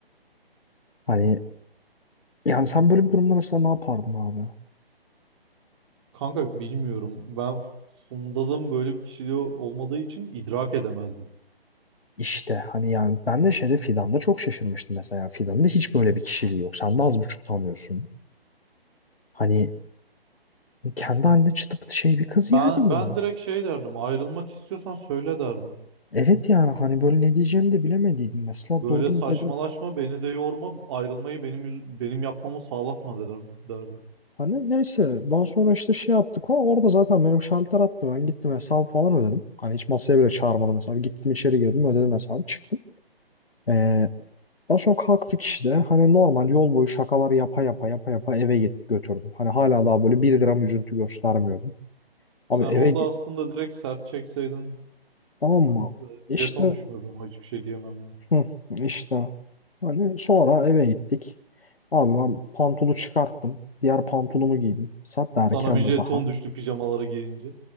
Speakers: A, on the left; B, on the right.
A: Hani yani sen böyle bir durumda mesela ne yapardın abi?
B: Kanka bilmiyorum. Ben Funda'nın böyle bir kişiliği olmadığı için idrak edemezdim.
A: İşte hani yani ben de şeyde Fidan'da çok şaşırmıştım mesela. Fidan'da hiç böyle bir kişiliği yok. Sen de az buçuk tanıyorsun. Hani kendi haline çıtı pıtı şey bir kız
B: Ben
A: yani bu.
B: ben direkt şey derdim. Ayrılmak istiyorsan söyle derdim.
A: Evet yani hani böyle ne diyeceğimi de bilemediydim. Mesela
B: Böyle
A: durdum
B: saçmalaşma,
A: dedim
B: beni de yorma, ayrılmayı benim yüz- benim yapmamı sağlatma dedim derdim.
A: Hani neyse daha sonra işte şey yaptık o orada zaten benim şalter attı ben gittim hesabı falan ödedim. Hani hiç masaya bile çağırmadım hesabı gittim içeri girdim ödedim hesabı çıktım. Ee, daha sonra kalktık işte hani normal yol boyu şakalar yapa yapa yapa yapa eve git, götürdüm. Hani hala daha böyle bir gram üzüntü göstermiyordum. Abi
B: Sen
A: eve
B: orada
A: gi-
B: aslında direkt sert çekseydin.
A: tamam mı?
B: Haydi de
A: İşte
B: jeton düşmez ama hiçbir şey diyemem ya.
A: hı, işte hani sonra eve gittik. Abi ben pantolu çıkarttım. Diğer pantolumu giydim. Saat de erkendi
B: Sana bir jeton
A: daha.
B: düştü pijamaları giyince.